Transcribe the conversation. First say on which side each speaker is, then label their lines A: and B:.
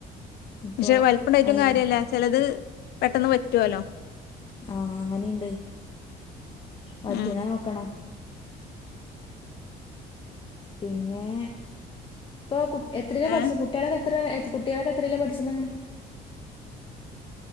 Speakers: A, on the left; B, on the left.
A: ഇപ്പോൾ
B: പക്ഷെ വലിപ്പണ്ടായിട്ടും
A: അതിന്
B: കാര്യല്ലാ ചെലത് പെട്ടെന്ന് വറ്റൊല്ലോ
A: ആഹ് അങ്ങനീണ്ട് വറ്റ്ണെ
B: ഉം
A: നോക്കണം പിന്നെ ഇപ്പൊ കുട്ട് എത്രേലാ പഠിച്ചെ
B: ഏഹ്
A: കുട്ട്യാളൊക്കെ എത്ര എത് കുട്ട്യാളൊക്കെ എത്രേലാ പഠിച്ച്ണെ